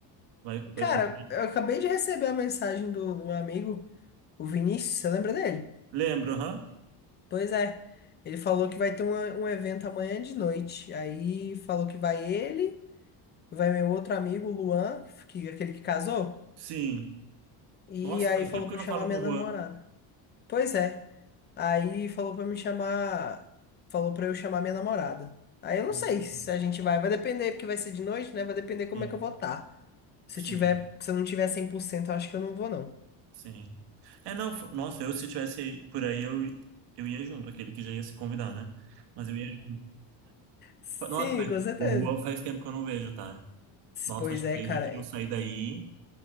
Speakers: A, on the right; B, on the left.
A: vai, vai
B: Cara,
A: curtir.
B: eu acabei de receber a mensagem do, do meu amigo, o Vinícius, você lembra dele?
A: Lembro, aham?
B: Pois é, ele falou que vai ter um, um evento amanhã de noite. Aí falou que vai ele, vai meu outro amigo, o Luan, que, que- aquele que casou.
A: Sim.
B: E
A: Nossa,
B: aí
A: faz
B: falou
A: tempo que
B: pra
A: eu não
B: eu chamar
A: falo
B: minha
A: com o
B: namorada.
A: Juan.
B: Pois é. Aí falou pra me chamar. Falou pra eu chamar minha namorada. Aí eu não
A: Uhum.
B: sei se a gente vai. Vai depender, porque vai ser de noite, né? Vai depender como
A: Sim,
B: é que eu vou estar. Se
A: sim.
B: eu tiver, se eu não tiver 100%, eu acho que eu não vou, não.
A: Sim. É, não, fo- nossa, eu se tivesse por aí, eu, eu ia junto, aquele que já ia se convidar, né? Mas eu ia junto.
B: Sim,
A: Fa- Nossa, faz,
B: com certeza.
A: o Juan faz tempo que eu não vejo, tá? Nossa,
B: Pois
A: acho que
B: é,
A: desde
B: cara.
A: que eu saí daí,